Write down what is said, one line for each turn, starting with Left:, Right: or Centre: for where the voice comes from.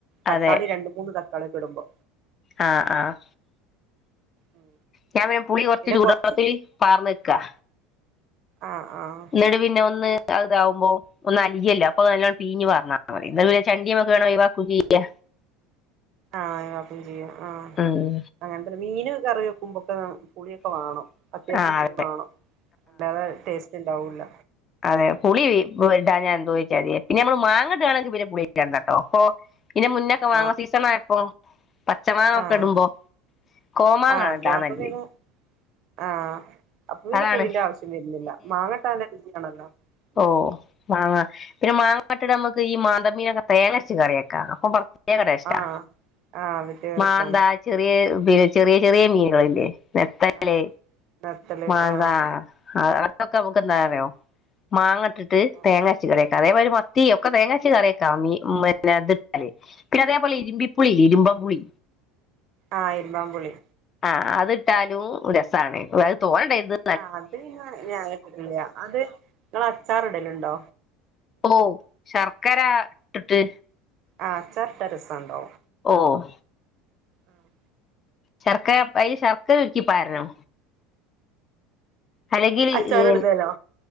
Right: തക്കാളി
Left: അതെ
Right: രണ്ട്മൂന്ന് തക്കാളിയൊക്കെടുമ്പോ.
Left: ആഹ്, ആഹ്!
Right: ഉം
Left: ഞാ പിന്നെ പുളി കൊർച്ച്
Right: പിന്നെ
Left: ചുടുവെള്ളത്തില്
Right: കൊറച്ച്
Left: പാർന്ന്ക്ക-
Right: ആഹ്, ആഹ്!
Left: ന്ന്ട്, പിന്നെ, ഒന്ന് അഹ്താവുമ്പോ! ഒന്നലിയല്ലൊ, അപ്പഅഹ്നല്ലൊ പീഞ്ഞ് പാർന്നാമതി, ന്നാ പിന്നെ ചണ്ടിമ്മക്കങ്ങട്ട് ഒയിവാക്കും ചെയ്യ.
Right: ആഹ് ഒയിവാക്കും ചെയ്യാ, ആഹ്.
Left: ഉം
Right: അങ്ങനത്തന്നെ, മീന് കറി വെക്കുമ്പൊക്കെ പുളിയൊക്കെ വാണം. അത്യാവശ്യം
Left: ആഹ്
Right: പുളി വാണം, അല്ലാതെ ടേസ്റ്റുണ്ടാവൂല.
Left: അതെ, പുളി ഇടാഞ്ഞാ എന്തോരുജാതിയ പിന്നെ ഞമ്മള് മാങ്ങടാണെങ്കി പിന്നെ പുളി ഇടണ്ടട്ടോ. പൊ ഇയിനെ മുന്നൊക്കെ മാങ്ങ
Right: മാ
Left: സീസ ണായപ്പോ. പച്ചമാങ്ങക്കെടുമ്പോ,
Right: ആഹ്
Left: കോമാങ്ങെടാനല്ലെ.
Right: ആഹ് അപ്പ അപ്പൊ പിന്നെ ആഹ്, അപ്പൊപിന്നെ
Left: അതാണ്
Right: പുളിന്റെ ആവശ്യം വര്ന്നില്ല മാങ്ങട്ടാലല്ല രുചിയാണല്ലോ. ഉം
Left: ഓഹ് മാങ്ങ, പിന്നെ മാങ്ങാട്ട്ട് മ്മക്ക് ഈ മാന്തമീനൊക്കെ തേങ്ങര്ച്ച് കറിയെക്കാ. ഏകദേഷ്ടാ
Right: ആഹ് ആഹ് മറ്റേ
Left: മാന്താ
Right: രസാണ്
Left: ചെറിയേ പിന്നെ, ചെറിയ, ചെറിയ മീന്കള്കല്ലേ വെത്തല്.
Right: ആഹ് നത്തല്
Left: വാന്ത
Right: ആഹ്
Left: അ ക്കെമ്മക്കെന്താറിയോ? മാങ്ങട്ടിട്ട്
Right: ആഹ്
Left: തേങ്ങര്ച്ച് കറിയെക്ക അതേമാരി പൊ തീ ഒക്കെ തേങ്ങച്ച് കറിയെക്കാം മീ മെ ന്നെ ഇതിട്ടാലേ! പിന്നെ, അതേപോലെ ഇരുമ്പിപ്പുളില്ലേ ഇരുമ്പംപുളി.
Right: ആഹ് ഇരുമ്പംപുളി.
Left: ആഹ് അത്ട്ടാലും രസാണ്. അത് തോനടര്ത്.
Right: ആ അത് ന്നെ ഞാട്ടിട്ടില്ല. അത് ങ്ങള് അച്ചാറ്ടലുണ്ടോ?
Left: ഓ ശർക്കര ട്ടിട്ട്.
Right: ആഹ്, അച്ചാറ്ട്ടാ രസണ്ടാവും.
Left: ഓഹ്
Right: ആഹ്
Left: ശർക്കര അയ്ല് ശർക്കരരുക്കിപ്പാരണോ? അല്ലെങ്കിൽ,
Right: അച്ചാറ്
Left: ഹ്
Right: ഇടുന്നേലോ